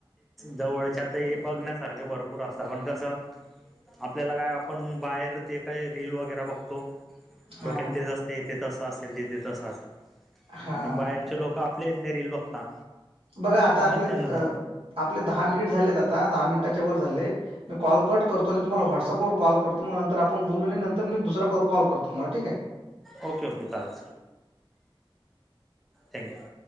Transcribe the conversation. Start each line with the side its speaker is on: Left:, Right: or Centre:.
Centre: जवळच्यात ही बघण्यासारख भरपूर असता पण कसं आपल्याला काय आप पण बाहेर जे काही रील वगेरा बघतो
Right: हा
Centre: डोक्यात तेच असते तेच अस असेल तिथे तसाच
Right: हा
Centre: आणि बाहेरचे लोक आपले इथले रिल बघता.
Right: बघा आता
Centre: मग
Right: आपले
Centre: त्यांना
Right: अ आपले दहा मिनिट झालेत आता दहा मिनिटाच्या वर झाले मी कॉल कट करतो. नी तुमला व्हाटस सप करतो मग नंतर आपण बोलू आणि नंतर मी दुसरा कॉल करतो तुम्हाला ठीक आहे.
Centre: ओके ओके चालेल, थँक्स यु.